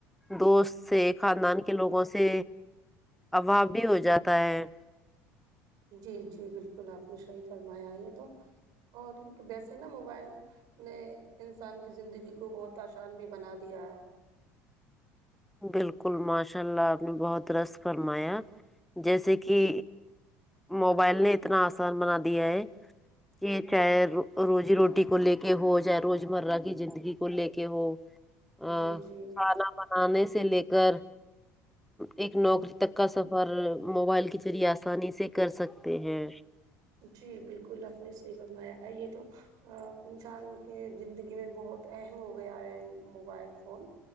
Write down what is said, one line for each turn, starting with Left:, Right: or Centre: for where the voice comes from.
Centre: دوست سے خاندان کے لوگوں سے ابھاؤ بھی ہو جاتا ہے
Right: جی جی بالکل آپ نے شاہی فرمایا یے تو اور ویسے نا موبائل نے انسان کی زندگی کو بہت آسان بھی بنا دیا ہے
Centre: بالکل ماشاء اللہ آپ نے بہت درست فرمایا جیسے کی موبائل نے اتنا آسان بنا دیا ہے یے چاہے روزی روٹی کو لے کے ہو چاہے روز مرہ کی زندگی کو لے کے ہو آ
Right: جی جی
Centre: کھانا بنانے سے لے کر ایک نوکری تک کا سفر موبائل کے ذریعے آسانی سے کر سکتے ہیں
Right: جی بالکل آپ نے صحیح فرمایا ہے یے تو آ انسان کے زندگی میں بہت اہم ہو گیا ہے موبائل فون